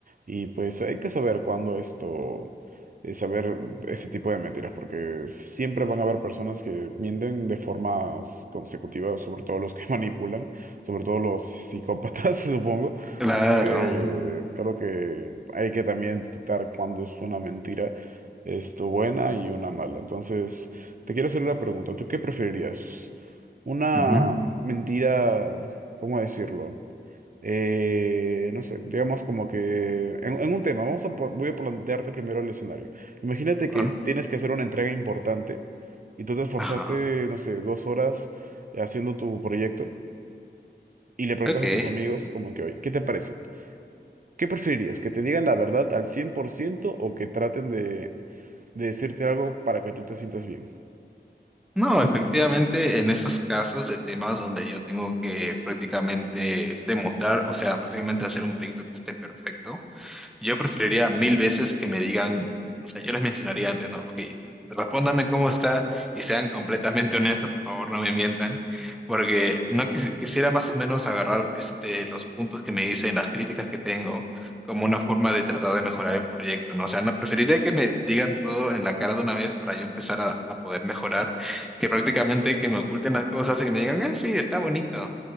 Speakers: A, on the right; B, in the centre.
A: Y pues hay que saber cuándo esto eh, saber ese tipo de mentiras, porque siempre van a haber personas que mienten de formas consecutivas, sobre todo los que <laughs> manipulan, sobre todo los psicópatas, <laughs> supongo.
B: Claro.
A: Así que creo que hay que también detectar cuando es una mentira, esto buena y una mala. Entonces, te quiero hacer una pregunta. ¿Tú qué preferirías? Una
B: ujú.
A: mentira, ¿cómo decirlo? eh, no sé, digamos como que en, en un tema, vamos a, po- voy a plantearte primero el escenario. Imagínate
B: Claro.
A: que tienes que hacer una entrega importante y tú te esforzaste,
B: Ajá.
A: no sé, dos horas haciendo tu proyecto y le preguntas
B: Ok.
A: a tus amigos como que hoy, ¿qué te parece? ¿Qué preferirías? ¿Que te digan la verdad al 100% o que traten de, de decirte algo para que tú te sientas bien?
B: No, efectivamente, en esos casos de temas donde yo tengo que prácticamente demostrar, o sea, prácticamente hacer un proyecto que esté perfecto. Yo preferiría mil veces que me digan, o sea, yo les mencionaría antes, no, ok, respóndame cómo está y sean completamente honestos, por favor, no me mientan, porque no quisi- quisiera más o menos agarrar este, los puntos que me dicen, las críticas que tengo, como una forma de tratar de mejorar el proyecto, ¿no? O sea, no, preferiría que me digan todo en la cara de una vez para yo empezar a, a poder mejorar, que prácticamente que me oculten las cosas y que me digan, ah, sí, está bonito.